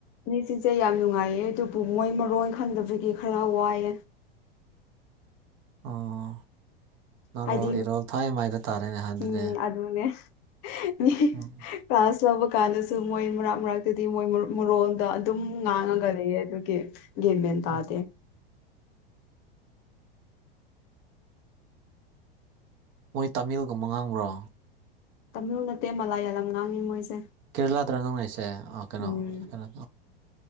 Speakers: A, on the left; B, on the right.
A: ꯃꯤꯁꯤꯡꯁꯦ ꯌꯥꯝ ꯅꯨꯡꯉꯥꯏꯌꯦ ꯑꯗꯨꯕꯨ ꯃꯣꯏ ꯃꯔꯣꯟ ꯈꯪꯗꯕꯒꯤ ꯈꯔ ꯋꯥꯏꯑꯦ
B: ꯑꯣ ꯅꯔꯣꯜ
A: ꯍꯥꯏꯗꯤ
B: ꯏꯔꯣꯜ ꯊꯥꯏ ꯃꯥꯏꯗ ꯇꯥꯔꯦꯅꯦ ꯑꯗꯨꯗꯤ
A: ꯎꯝ ꯑꯗꯨꯅꯦ ꯃꯤ
B: ꯎꯝ
A: ꯀ꯭ꯂꯥꯁ ꯆꯕ ꯀꯥꯟꯗꯁꯨ ꯃꯣꯏ ꯃꯔꯛ ꯃꯔꯥꯛꯇꯗꯤ ꯃꯣꯏ ꯃꯔꯣꯟꯗ ꯑꯗꯨꯝ ꯉꯥꯡꯉꯒ ꯂꯩꯌꯦ ꯑꯗꯨꯒꯤ ꯒꯤꯟ ꯃꯦꯟ ꯇꯗꯦ
B: ꯎꯝ ꯃꯣꯏ ꯇꯥꯃꯤꯜꯒꯨꯝꯕ ꯉꯥꯡꯕ꯭ꯔꯣ
A: ꯇꯝꯂꯨ ꯅꯠꯇꯦ ꯃꯂꯥꯌꯥꯂꯝ ꯉꯥꯡꯉꯤ ꯃꯣꯏꯁꯦ
B: ꯀꯦꯔꯦꯂꯥꯗꯔ ꯅꯪ ꯂꯩꯁꯦ ꯑ ꯀꯩꯅꯣ
A: ꯎꯝ
B: ꯀꯩꯅꯣ